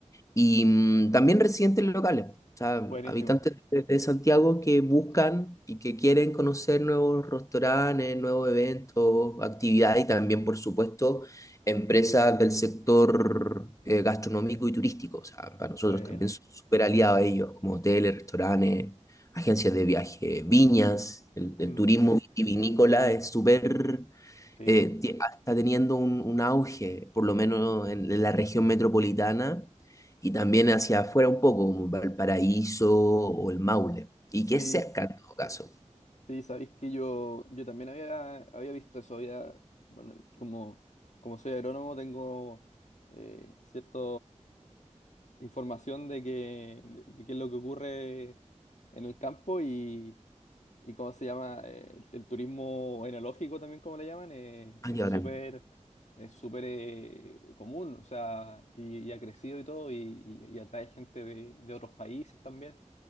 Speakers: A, on the left; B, on the left.
A: y mm, también residentes locales, o sea,
B: Buenísimo.
A: habitantes de, de Santiago que buscan y que quieren conocer nuevos restaurantes, nuevos eventos, actividades y también, por supuesto, empresas del sector eh, gastronómico y turístico. O sea, para nosotros
B: Buena.
A: también son súper aliados a ellos, como hoteles, restaurantes, agencias de viaje, viñas, el,
B: Mm,
A: el turismo vitivinícola es súper
B: sí.
A: eh, ti- está teniendo un, un auge, por lo menos en, la región metropolitana, y también hacia afuera un poco, como Valparaíso o el Maule, y
B: Sí,
A: que es cerca en todo caso.
B: sí, sabéis que yo, yo también había, había visto eso, había, bueno, como, como soy agrónomo tengo eh, cierta información de, que, de, de qué es lo que ocurre en el campo y, ¿Y cómo se llama? Eh, el, el turismo enológico también, como le llaman, eh,
A: Ah,
B: es
A: qué
B: súper
A: bacán.
B: es súper eh, común, o sea, y, y ha crecido y todo, y, y- y atrae gente de, de otros países también.